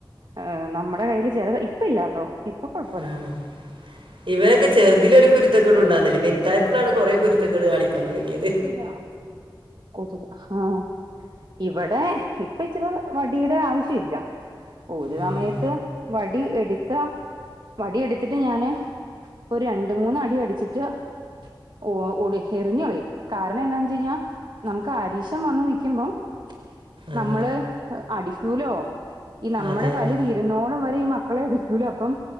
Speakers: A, on the right (about 60°); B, on the right (about 80°).
A: ആ നമ്മുടെ കയ്യിൽ ചില ഇപ്പല്ലാട്ടോ ഇപ്പൊ കൊഴപ്പല്ല.
B: ആഹ് ഇവരൊക്കെ ചെറുതിലൊരു കുരുത്തക്കേടുംണ്ടായിരുന്നില്ല വലുതായപ്പളാണ് കുറെ കുരുത്തക്കേട് കാണിക്കാൻ തുടങ്ങിയത്
A: <inaudible> കൊതുക് ഹാ ഇവിടെ ഇപ്പ ഇച്ചിരി വടിയുടെ ആവിശ്യ ഇല്ല ഒരു
B: ഉം
A: സമയത്ത് വടി എട്ത്ത വടി എടുത്തിട്ട് ഞാൻ ഒരു രണ്ട് മൂന്ന് അടി അടിച്ചിട്ട് ഓ ഒടി എറിഞ്ഞ്കളയും കാരണം എന്താന്ന് വച്ച്കഴിഞ്ഞാ നമുക്ക് അരീശം വന്നു നിക്കുമ്പം
B: അതെ
A: നമ്മള് അടിക്കൂലോ ഈ നമ്മുടെ
B: അതെ
A: കലി
B: അതെ
A: തീരുന്നോണം വരെ ഈ മക്കളെ അടിക്കൂല അപ്പം